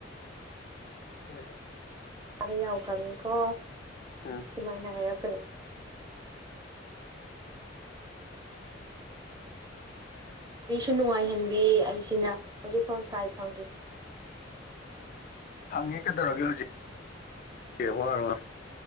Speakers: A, on the left; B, on the right.
A: <unintelligible>
B: ꯑꯥꯗ ꯌꯥꯎꯈ꯭ꯔꯕꯅꯤꯀꯣ
A: ꯎꯝ
B: ꯑꯗꯨꯃꯥꯏꯅ ꯍꯥꯏꯔꯛꯀꯅꯨ ꯃꯤꯁꯨ ꯅꯨꯡꯉꯥꯏꯍꯟꯕꯤ ꯑꯩꯁꯤꯅ ꯍꯧꯖꯤꯛꯐꯥꯎ ꯁꯥꯏ ꯐꯪꯗ꯭ꯔꯤꯁꯤ
A: ꯐꯪꯉꯤ ꯀꯩꯗꯧꯔꯒꯦ ꯍꯧꯖꯤꯛꯔ